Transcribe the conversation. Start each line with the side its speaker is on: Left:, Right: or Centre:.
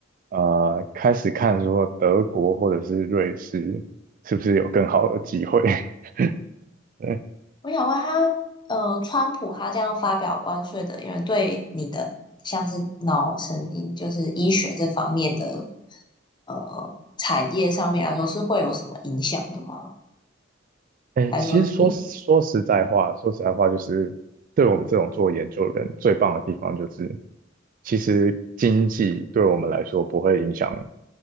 Right: 呃开始看说德国或者是瑞士是不是有更好的机会。<laughs> 对，
Left: 我想问他，呃，川普他这样发表关税的，有人对你的像是脑神经，就是医学这方面的呃产业上面来说，是会有什么影响的吗？
Right: 哎，
Left: 还是说，
Right: 其实说说实在话，
Left: 嗯，
Right: 说实在话就是对我们这种做研究的人最棒的地方就是。其实经济对我们来说不会影响，